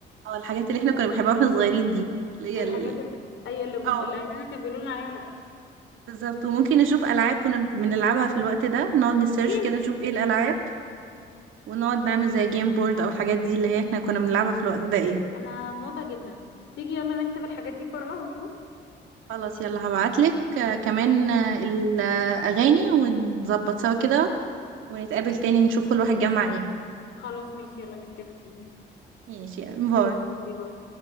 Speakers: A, on the right; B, on the left.
A: اه الحاجات اللي احنا كنا بنحبها واحنا صغيرين دي اللي هي
B: الحاجات
A: ال
B: ال- اي اللي اللي
A: اه
B: اهلنا كان بيقولوا لنا عليها لا
A: بالظبط وممكن نشوف ألعاب كنا بنلعبها في الوقت ده نقعد نسيرش
B: كوتشينه
A: كده نشوف ايه الألعاب ونقعد نعمل زي جيم بورد أو الحاجات دي اللي هي احنا كنا بنلعبها في الوقت ده ايه
B: انا موافقه جدا تيجي يلا نكتب الحاجات دي في ورقه ونشوف
A: خلاص يلا هبعتلك آه، كمان آه، الأغاني ونظبط سوا كده ونتقابل تاني نشوف كل واحد جمع ايه
B: خلاص ماشي يلا متفقين
A: ماشي يلا باي
B: يلا باي باي